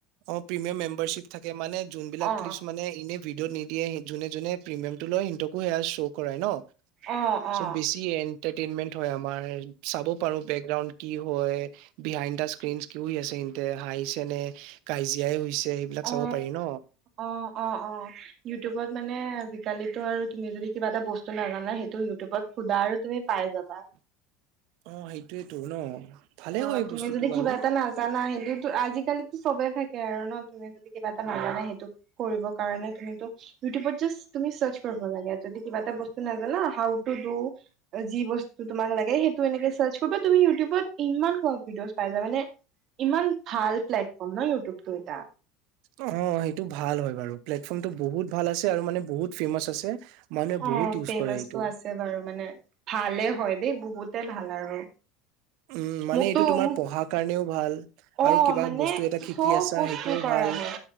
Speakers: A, on the right; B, on the right.
A: অ প্ৰিমিয়াম মেম্বাৰশিপ থাকে মানে যোনবিলাক
B: অ
A: ক্লিচ মানে এনে ভিডিঅ'ত নিদিয়ে যোনে যোনে প্ৰিমিয়াম টো লয় সিহতকো সেয়া শ্ব' কৰাই ন?
B: অ অ
A: চ বেছি এন টীনমেন্ট হয় আমাৰ চাব পাৰো বেকগ্ৰাউড কি হয়, বিহাইণ্ড দা স্ক্ৰীন কি আছে, তেন্তে হাঁহিছে নে কাজিয়াই হৈছে সেইবিলাক
B: অ
A: চাব পাৰি ন
B: অ অ অ ইউটিউবত মানে আজিকালিতো আৰু তুমি যদি কিবা এটা বস্তু নাজানা সেইটো ইউটিউবত সোধা আৰু তুমি পাই যাবা।
A: অ সেইটোয়েতো ন ভালে
B: অ
A: হয় এই
B: তুমি
A: বস্তুটো
B: যদি
A: বাৰু
B: কিবা এটা নাজানা আহ এইটো আজিকালিতো চবে থাকে আৰু ন? তুমি যদি কিবা এটা নাজানে সেইটো কৰিবৰ কাৰণে তুমিতো ইউটিউবত জাষ্ট তুমি চচ কৰিব লাগে। যদি কিবা এটা বস্তু নাজান হাও টুু দু যি বস্তু তোমাক লাগে‌ সেইটো এনেকে চাৰ্চ তুমি সেইটো ইমান স ভিড'অচ পাই যায় মানে ইমান ভাল প্লেটফৰ্ম ন ইউটিউবতটো এটা।
A: অ সেইটো ভাল হয় বাৰু প্লেটফৰ্মটো বহুত ভাল আছে, আৰু মানে বহুত ফেমাচ আছে, মানুহে
B: অ
A: বহুত ইউজ
B: ফেমাচটো
A: কৰে এইটো
B: আছে বাৰু মানে ভালে হয়। দেই বহুতেই ভাল আৰু।
A: উম মানে
B: মোকতো
A: এইটো তোমাৰ
B: মোক
A: পঢ়াৰ কাৰণেও ভাল,
B: অ
A: আৰু কিবা
B: মানে
A: বস্তু এটা শিকি
B: চব
A: আছা
B: বস্তু
A: সেইটোও
B: কৰা
A: ভাল
B: হয়।